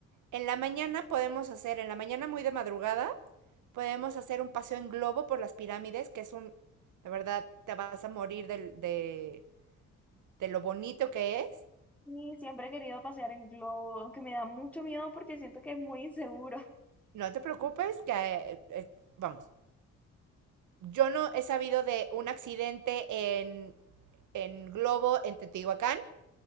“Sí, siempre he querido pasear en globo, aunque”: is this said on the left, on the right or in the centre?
Centre